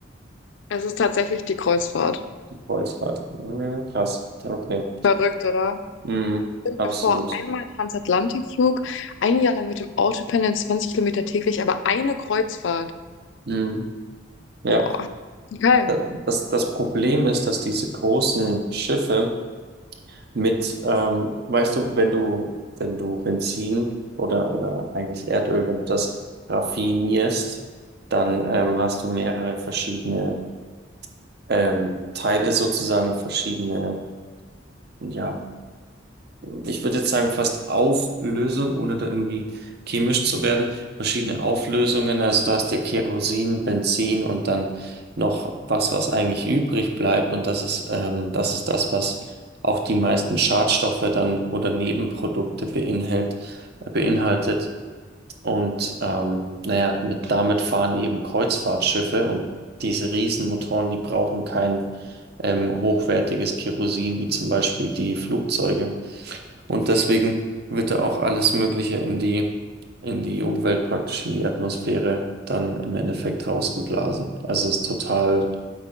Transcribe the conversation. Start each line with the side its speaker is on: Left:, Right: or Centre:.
Left: Es ist tatsächlich die Kreuzfahrt.
Right: Die Kreuzfahrt. Ja, krass. Ja, Okay.
Left: Verrückt, oder?
Right: Mhm, absolut.
Left: Davor einmal Transatlantikflug, ein Jahr lang mit dem Auto pendeln, 20 Kilometer täglich, aber eine Kreuzfahrt.
Right: Mhm. Ja,
Left: Boah. Okay.
Right: Da- das, das Problem ist, dass diese großen Schiffe mit, ähm, weißt du, wenn du, wenn du Benzin oder, oder eigentlich Erdöl, wenn du das raffinierst, dann ähm, hast du mehrere verschiedene ähm, Teile sozusagen, verschiedene ja, ich würde jetzt sagen, fast Auflösung, ohne da irgendwie chemisch zu werden. Verschiedene Auflösungen, also da hast du Kerosin, Benzin und dann noch was, was eigentlich übrig bleibt. Und das ist, ähm, das ist das, was auch die meisten Schadstoffe dann oder Nebenprodukte beinhalt, beinhaltet. Und ähm, naja, mit, damit fahren eben Kreuzfahrtschiffe und diese Riesenmotoren, die brauchen kein ähm, hochwertiges Kerosin, wie zum Beispiel die Flugzeuge. Und deswegen wird da auch alles Mögliche in die, in die Umwelt, praktisch in die Atmosphäre, dann im Endeffekt rausgeblasen. Also es ist total,